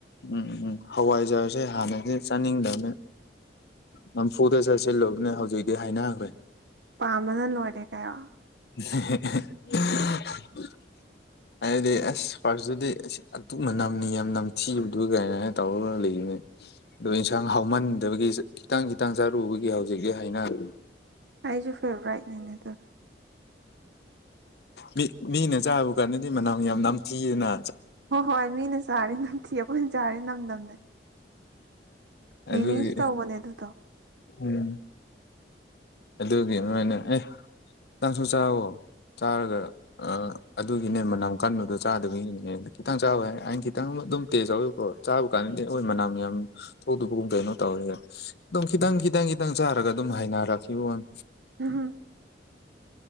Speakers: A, on the left; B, on the right.
A: ꯎꯝ ꯎꯝ ꯍꯋꯥꯏꯖꯥꯔꯁꯦ ꯍꯥꯟꯅꯗꯤ ꯆꯥꯅꯤꯡꯗꯕꯅꯦ ꯅꯝꯐꯨꯗ ꯆꯥꯁꯤꯜꯂꯨꯕꯅꯦ ꯍꯧꯖꯤꯛꯇꯤ ꯍꯥꯏꯅꯈ꯭ꯔꯦ
B: ꯄꯥꯝꯃꯅ ꯂꯣꯏꯔꯦ ꯀꯥꯏꯑꯣ
A: <unintelligible>
B: <inaudible>
A: ꯍꯥꯏꯗꯤ ꯑꯁ ꯐꯥꯔꯁꯇꯨꯗꯤ ꯑꯁ ꯑꯗꯨꯛ ꯃꯅꯝ ꯅꯤꯌꯥꯝ ꯅꯝꯊꯤꯕꯗꯨ ꯀꯥꯏꯅꯅ ꯇꯧꯔ ꯂꯩꯕꯅꯦ ꯑꯗꯣ ꯏꯟꯁꯥꯡ ꯍꯥꯎꯃꯟꯗꯕꯒꯤ ꯆ ꯈꯤꯇꯪ ꯈꯤꯇꯪ ꯆꯥꯔꯨꯕꯒꯤ ꯍꯧꯖꯤꯛꯇꯤ ꯍꯥꯏꯅꯔꯦ
B: ꯑꯩꯖꯨ ꯐꯦꯕꯣꯔꯥꯏꯠꯅꯤꯅꯦ ꯑꯗꯣ
A: ꯃꯤ ꯃꯤꯅ ꯆꯥꯕ ꯀꯥꯟꯅꯗꯤ ꯃꯅꯝ ꯌꯥꯝ ꯅꯝꯊꯤꯌꯦꯅ
B: ꯍꯣꯏ ꯍꯣꯏ ꯃꯤꯅ ꯆꯥꯔꯗꯤ ꯅꯝꯊꯤ ꯑꯩꯈꯣꯏꯅ ꯆꯥꯔꯗꯤ ꯅꯝꯗꯝꯅꯦ ꯃꯤꯃꯤꯁꯨ
A: ꯑꯗꯨꯒꯤ
B: ꯇꯧꯕꯅꯦ ꯑꯗꯨꯗꯣ
A: ꯎꯝ ꯑꯗꯨꯒꯤ ꯑꯗꯨꯃꯥꯏꯅ ꯑꯦ ꯅꯪꯁꯨ ꯆꯥꯎꯑꯣ ꯆꯥꯔꯒ ꯑ ꯑꯗꯨꯒꯤꯅꯦ ꯃꯅꯝ ꯀꯟꯕꯗꯣ ꯆꯥꯗꯕꯒꯤꯅꯦ ꯈꯤꯇꯪ ꯆꯥꯑꯣ ꯍꯥꯏꯔꯦ ꯑꯩꯅ ꯈꯤꯇꯪ ꯑꯃ ꯑꯗꯨꯝ ꯇꯦꯁ ꯇꯧꯑꯦꯕꯀꯣ ꯆꯥꯕ ꯀꯥꯟꯗꯗꯤ ꯍꯣꯏ ꯃꯅꯥꯝ ꯌꯥꯝ ꯊꯣꯛꯗꯕꯒꯨꯝ ꯀꯩꯅꯣ ꯇꯧꯔꯦ ꯑꯗꯨꯝ ꯈꯤꯇꯪ ꯈꯤꯇꯪ ꯈꯤꯇꯪ ꯆꯥꯔꯒ ꯑꯗꯨꯝ ꯍꯥꯏꯅꯔꯛꯈꯤꯕꯋꯥꯟ
B: <unintelligible>